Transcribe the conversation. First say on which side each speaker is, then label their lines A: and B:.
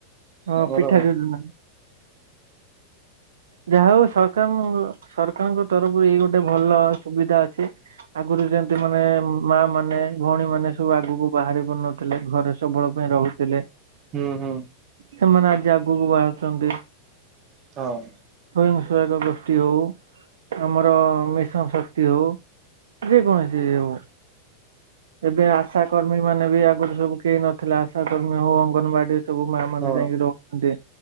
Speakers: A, on the right (about 65°); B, on the right (about 30°).
A: ହଁ
B: ଆମର
A: ପିଠା
B: ହୁଁ।
A: ଯୋଜନା। ଯାହା ହଉ ସରକାର ସରକାରଙ୍କ ତରଫରୁ ଏଇ ଗୋଟେ ଭଲ ସୁବିଧା ଅଛି। ଆଗରୁ ଯେମତି ମାନେ ମା ମାନେ ଭଉଣୀ ମାନେ ସବୁ ଆଗକୁ ବାହାରି ପାରୁନଥିଲେ ଘରେ ସବୁବେଳ ପାଇଁ ରହୁଥିଲେ।
B: ହୁଁ ହୁଁ।
A: ସେମାନେ ଆଜି ଆଗକୁ ବାହାରୁଛନ୍ତି।
B: ହଁ।
A: ସ୍ଵୟଂସହାୟକ ଗୋଷ୍ଠୀ ହଉ ଆମର ମିଶନ ଶକ୍ତି ହଉ। ଯେକୌଣସି ଇଏ ହୋଉ। ଏବେ ଆଶା କର୍ମୀ ମାନେ ବି ଆଗରୁ ସବୁ କେଇ ନଥିଲେ ଆଶା କର୍ମୀ ହଉ ଅଙ୍ଗନବାଡି ସବୁ ମା ମାନେ
B: ହଁ
A: ଯାଇକି ରହୁଛନ୍ତି